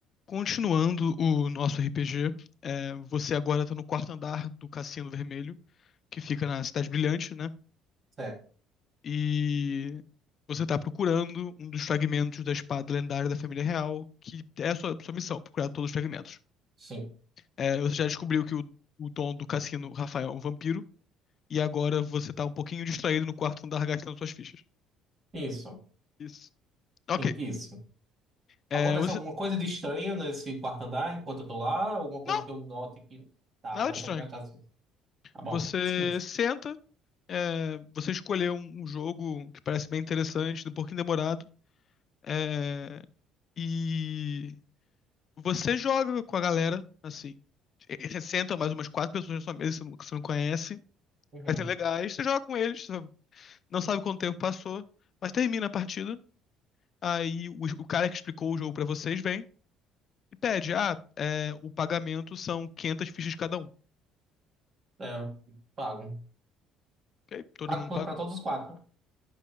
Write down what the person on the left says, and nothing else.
Continuando o nosso RPG, é, você agora tá no quarto andar do Cassino Vermelho, que fica na Cidade Brilhante, né?
E você tá procurando um dos fragmentos da espada lendária da família real, que é a sua, sua missão, procurar todos os fragmentos.
É, você já descobriu que o, o dono do cassino, Rafael, é um vampiro, e agora você tá um pouquinho distraído no quarto andar gastando suas fichas.
Isso. Ok.
É,
você...
Não,
nada
de
estranho.
Você
senta, é, você escolher um, um jogo que parece bem interessante, um pouquinho demorado, é, e você joga com a galera, assim. E- e Você senta mais umas quatro pessoas na sua mesa que você não, que você não conhece,
vai ser legais, você joga com eles, você não sabe quanto tempo passou, mas termina a partida. Aí o, o cara que explicou o jogo pra vocês vem e pede: ah, é, o pagamento são 500 fichas cada um.
Ok, todo
mundo
paga.